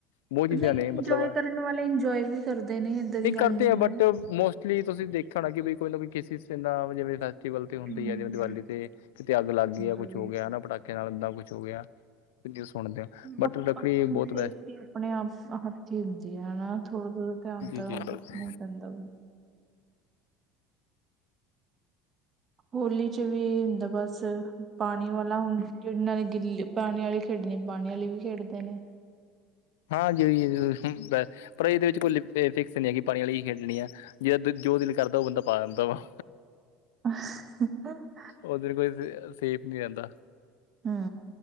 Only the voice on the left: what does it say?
ਬਹੁਤ ਚੀਜ਼ਾਂ
ਨੇ ਮਤਲਬ
ਨਹੀਂ
ਕਰਦੇ ਆ, ਬਟ
ਮੋਸਟਲੀ ਤੁਸੀਂ ਦੇਖਿਆ ਹੋਣਾ, ਕਿ ਵੀ ਕੋਈ ਨਾ ਕੋਈ ਕਿਸੇ ਨਾਲ, ਜਿਵੇ ਫੈਸਟੀਵਲ ਤੇ ਹੁੰਦੀ
ਆ, ਜਿਵੇਂ ਦੀਵਾਲੀ ਤੇ ਕਿਤੇ ਅੱਗ ਲੱਗ ਗਈ ਆ
ਕੁਛ ਹੋ ਗਿਆ ਨਾ, ਪਟਾਕੇਆਂ ਨਾਲ ਇੱਦਾਂ ਕੁਛ ਹੋ ਗਿਆ। ਸੁਣਦੇ ਆ, ਬਟ
ਰੱਕੜੀ
ਬਹੁਤ
ਬੈਸਟ
ਜੀ
ਜੀ
ਬਿਲਕੁਲ
ਹਾਂਜੀ ਬਸ ਪਰ, ਇਹਦੇ ਵਿੱਚ ਕੋਈ ਫਿਕਸ ਨਹੀਂ ਹੈਗੀ, ਪਾਣੀ ਵਾਲੀ ਹੀ ਖੇਡਣੀ ਆ। ਜਿਦਾ ਜੋ ਦਿਲ ਕਰਦਾ, ਉਹ ਬੰਦਾ ਪਾ ਦਿੰਦਾ ਵਾ
ਉਹ ਦਿਨ ਕੋਈ ਸੇਫ ਨਹੀਂ ਰਹਿੰਦਾ